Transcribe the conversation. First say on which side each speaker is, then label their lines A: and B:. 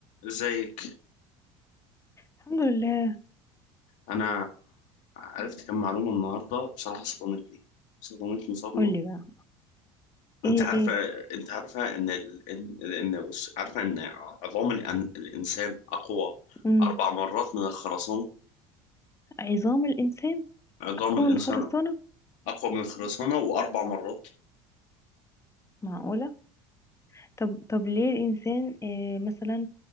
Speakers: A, on the left; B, on the left.
A: ازيك
B: الحمد لله
A: انا عرفت كم معلومه النهارده بصراحه صدمتني صدمتني صدمه
B: قولي بقى ايه
A: انت عارفه
B: ايه
A: انت عارفه ان ال... ان ان بص، عارفه ان عظام الأن- الانسان اقوى
B: مم.
A: اربع مرات من الخرسانه
B: عظام الانسان
A: عظام
B: اكون
A: الانسان
B: خرسانه
A: اقوى من الخرسانه واربع مرات
B: معقوله طب طب ليه الانسان إيه مثلا